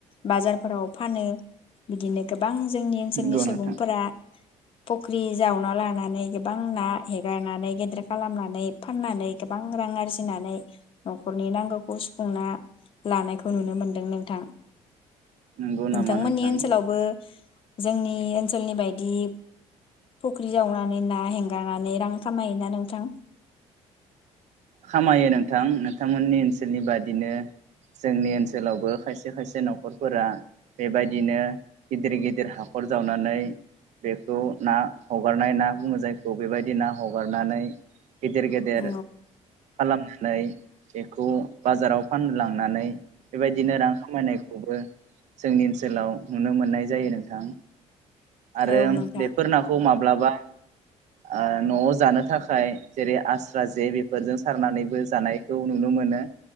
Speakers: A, on the left; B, on the right.
A: बाजारफोराव फानो बिदिनो गोबां जोंनि ओनसोलनि
B: नंगौ
A: सुबुंफोरा
B: नोंथां
A: फख्रि जावना लानानै गोबां ना हेगारनानै गिदिर खालामनानै फाननानै गोबां रां आरजिनानै न'खरनि नांगौ खौ सिफुंना लानायखौ नुनो मोन दों नोंथां।
B: नंगौ
A: नोंथांमोननि
B: नामा नोंथां
A: ओनसोलावबो। जोंनि ओनसोलनि बायदि फुख्रि जावनानै ना हेंगारनानै रां खामायोना नोंथां।
B: खामायो नोंथां नोंथांमोननि ओनसोलनि बादिनो जोंनि ओनसोलावबो खायसे खायसे न'खरफोरा बेबायदिनो गिदिर गिदिर हाखर जावनानै बेखौ ना हगारनाय ना बुङो जायखौ बेबायदि ना हगारनानै गेदेर गेदेर।
A: औ
B: फाननानै बेखौ बाजाराव फाननो लांनानै। बेबायदिनो रां खामायनायखौबो जोंनि ओनसोलाव नुनो मोननाय जायो नोंथां। आरो
A: औ नोंथां
B: बेफोर नाखौ मा ब्लाबा ओ न'आव जानो थाखाय जेरै आस्रा जे बेफोरजों सारनानैबो जानायखौ नुनो मोनो।